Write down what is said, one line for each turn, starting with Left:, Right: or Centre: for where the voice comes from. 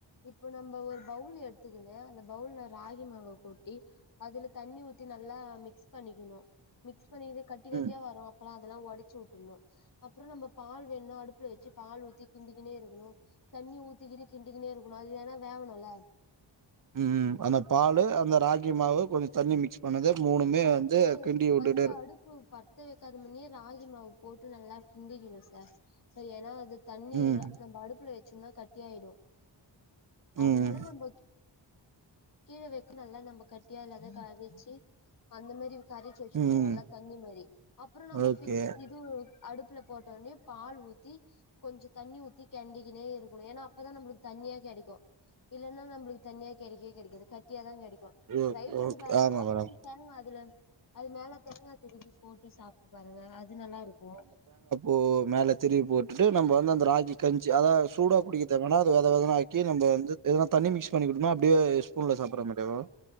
Left: இப்போ நம்ப ஒரு பவுள் எடுத்துக்கங்க அந்த பவுள்ள ராகி மாவகொட்டி அதுல தண்ணி ஊத்தி நல்லா மிக்ஸ் பண்ணிக்கிணு மிக்ஸ் பண்ணிட்டு கட்டி கட்டியா
Right: ம்
Left: வரு அப்பற அதெல்லா ஒடச்சு வுட்டுர்ணு அப்பறொ நம்ம பால் வேண்ணா அடுப்புல வெச்சு பால் ஊத்தி கிண்டிக்கினே இருக்கணு தண்ணி ஊத்திகினு கிண்டிக்கின்னே இருக்குணு அது ஏன்னா வேவணு இல்ல
Right: ம் அந்த பாலு அந்த ராகி மாவு கொஞ்ச தண்ணி மிக்ஸ் பண்ணத மூணுமே
Left: ஃபஸ்ட்டு
Right: வந்து கிண்டி வுட்டுட்டே
Left: ஃபஸ்ட்டு அடுப்பு பத்த வேக்காத முன்னே ராகி மாவு போட்டு நல்லா கிண்டிக்கிணு சார் சரி ஏன்னா அது தண்ணி
Right: ம்
Left: நம்ம அடுப்புல வச்சோம்னா கட்டிாயிடு அதனால
Right: ம்
Left: நம்பக் கீழ வெக்குணு இல்ல நம்ம கட்டியா இல்லாத வெச்சி அந்த மாரி கரைச்சு வச்சுக்கணு
Right: ம்
Left: நல்லா தண்ணி மாரி அப்புறொ நம்ம
Right: ஓகே
Left: பிரிட்ஜ் இது அடுப்புல போட்டோனே பால் ஊத்தி கொஞ்ச தண்ணி ஊத்தி கிண்டிகினே இருக்குணு ஏன்னா அப்பதா நம்மளுக்கு தண்ணியா கெடைக்கூ இல்லன்னா நம்பளுக்கு தண்ணியா கெடைக்கவே கெடைக்காது கட்டியாதா கெடைக்கூ
Right: ஓ
Left: ட்ரை பண்ணி
Right: ஓகே
Left: பாருங்க
Right: ஆமா
Left: அப்புறொ
Right: மேடம்
Left: தேங்கா அதுல அது மேல தேங்கா திருவி போட்டு சாப்ட்டு பாருங்க அது நல்லா இருக்கூ
Right: ஓ மேல திருவி போட்டுட்டு நம்ப வந்து அந்த ராகி கஞ்சி அதா சூடா குடிக்க இத்த வேணா அத வத வதன்னாக்கி நம்ப வந்து எதனா தண்ணி மிகஸ் பண்ணிகூடுதா அப்டே ஸ்பூன்ல சாப்பற மாரியா ப்ரோ